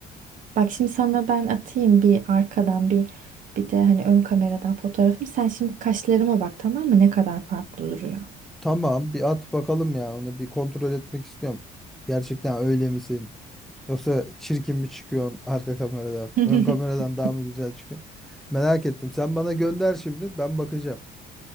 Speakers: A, on the right; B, in the centre.
A: Bak şimdi sana ben atayım bir arkadan bir bir de hani ön kameradan fotoğrafımı. Sen şimdi kaşlarıma bak tamam mı ne kadar farklı duruyor.
B: Tamam bir at bakalım ya onu bir kontrol etmek istiyorum. Gerçekten öyle misin? Yoksa çirkin mi çıkıyorsun arka kameradan?
A: <laughs>
B: Ön kameradan daha mı güzel çıkıyorsun? Merak ettim. Sen bana gönder şimdi ben bakacağım.